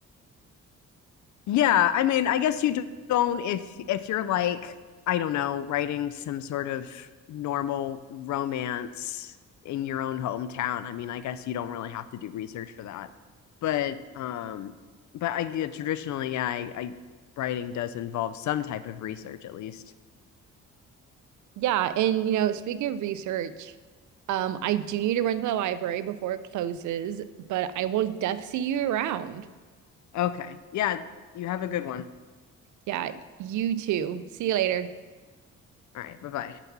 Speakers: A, on the left (about 70°); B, on the right (about 75°).
A: Yeah, I mean, I guess you don't if if you're like, I don't know, writing some sort of normal romance in your own hometown. I mean, I guess you don't really have to do research for that. But um but I yeah, traditionally, yeah, I, I writing does involve some type of research at least.
B: Yeah, and you know, speaking of research, um, I do need to run to the library before it closes, but I will def see you around.
A: Okay. Yeah, you have a good one.
B: Yeah, you too. See you later.
A: All right, bye-bye.